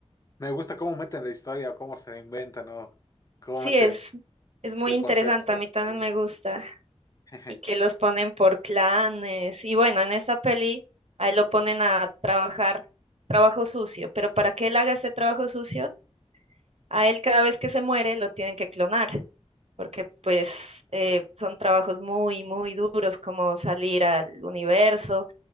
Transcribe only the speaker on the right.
Sí,
es, es muy
interesante,
a mí también
me gusta.
Y que los ponen por clanes. Y bueno, en esta peli a él lo ponen a trabajar trabajo sucio, pero para que él haga ese trabajo sucio, A él cada vez que se muere lo tienen que clonar, porque pues eh, son trabajos muy, muy duros como salir al universo